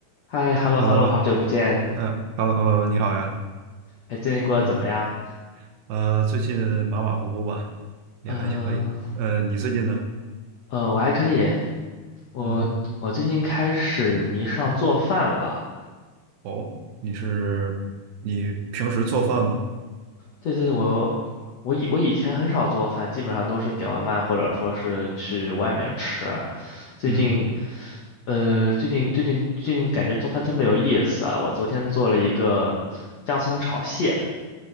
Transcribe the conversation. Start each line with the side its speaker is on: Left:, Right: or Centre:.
Left: 嗨，hello
Right: Hello，
Left: hello，好久不见，
Right: 嗯，Hello，Hello，你好呀，
Left: 哎，最近过得怎么样？
Right: 嗯，呃，最近马马虎虎吧，也还可以。
Left: 嗯、
Right: 呃，你最近呢？
Left: 呃，我还可以，我我最近开始迷上做饭了。
Right: 嗯，哦，你是你平时做饭吗？
Left: 对对对，我我以我以前很少做饭，基本上都是点外卖或者说是去外面吃。最近
Right: 嗯，
Left: 呃，最近最近最近感觉做饭特别有意思啊。我昨天做了一个姜葱炒蟹，